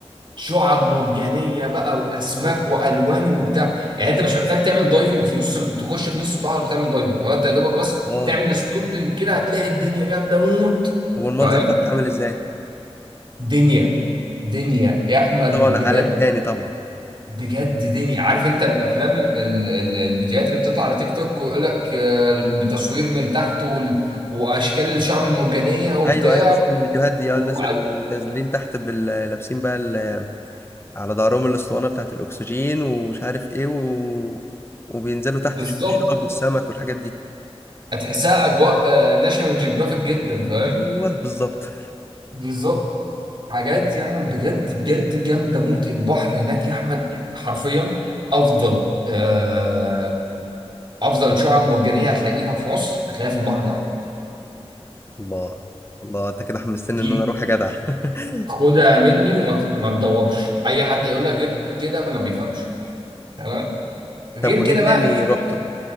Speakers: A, on the right; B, on the left.
A: شعاب مرجانيه بقى واسماك
B: أوه.
A: والوان وبتاع يعني انت مش محتاج تعمل دايفنج في نص ال- تخش في نص البحر وتعمل دايفنج هو انت يا دوبك بس
B: اه
A: تعمل سنوركلينج كده هتلاقي الدنيا جامده موت
B: طب والمنظر
A: فاهم
B: تحت عامل ازاي
A: دنيا دنيا يا احمد
B: في طبعا
A: بجد
B: عالم تاني طبعا
A: بجد دنيا عارف انت الافلام ال- ال- الفيديوهات اللي بتطلع على تيك توك ويقول لك آه، بتصوير من تحت وال- واشكال الشعب المرجانيه وبتاع
B: ايوه ايوه بشوف الفيديوهات دي اه
A: وع-
B: الناس اللي بيبقوا نازلين تحت بال- لابسين بقى ال- على ظهرهم الاسطوانه بتاعه الاكسجين ومش عارف ايه و... وبينزلوا تحت
A: بالظبط
B: يشوفوا الشعب والسمك والحاجات دي
A: هتحسها اجواء ناشونال جيوغرافيك جدا فاهم
B: ايوه بالظبط <laughs>
A: بالظبط حاجات يا احمد بجد بجد جامده موت البحر هناك يا احمد حرفيا افضل آه افضل شعاب مرجانيه هتلاقيها في مصر هتلاقيها في البحر الاحمر
B: الله الله انت كده حمستني
A: دي
B: ان انا اروح يا جدع <laughs>
A: خدها مني وما ت- ما تدورش اي حد يقول لك غير كده ما بيفهمش تمام غير
B: طب وايه
A: كده
B: تاني
A: بقى ايه
B: رحته